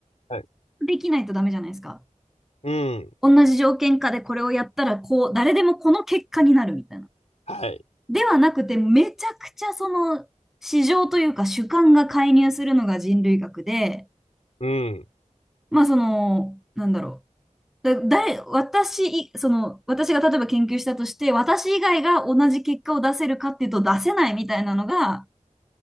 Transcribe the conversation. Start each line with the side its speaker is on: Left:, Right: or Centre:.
Left: はい。
Centre: できないとダメじゃないですか。
Left: うん。
Centre: 同じ条件下でこれをやったら、こう、誰でもこの結果になるみたいな。
Left: はい。
Centre: ではなくて、めちゃくちゃその、市場というか主観が介入するのが人類学で、
Left: うん。
Centre: まあその、なんだろう。だ、誰、私い、その、私が例えば研究したとして、私以外が同じ結果を出せるかっていうと出せないみたいなのが